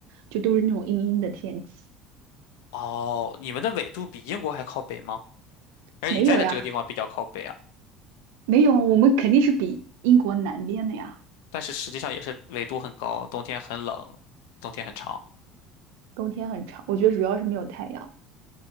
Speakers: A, on the right; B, on the left.
A: 就都是那种阴阴的天气。
B: 哦，你们的纬度比英国还靠北吗？而你在的这个地方比较靠北啊，
A: 没有呀，没有，我们肯定是比英国南边的呀，
B: 但是实际上也是纬度很高，冬天很冷，冬天很长。
A: 冬天很长。我觉得主要是没有太阳，